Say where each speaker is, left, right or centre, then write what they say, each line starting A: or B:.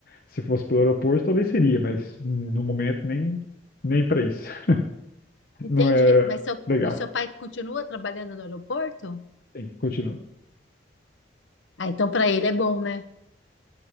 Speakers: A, on the left; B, on the left.
A: Se fosse pelo aeroporto, talvez seria, mas no momento nem, nem para isso. <laughs>
B: Entendi.
A: Não é
B: Mas seu,
A: legal.
B: o seu pai continua trabalhando no aeroporto?
A: Sim, continua.
B: Ah, então para ele é bom, né?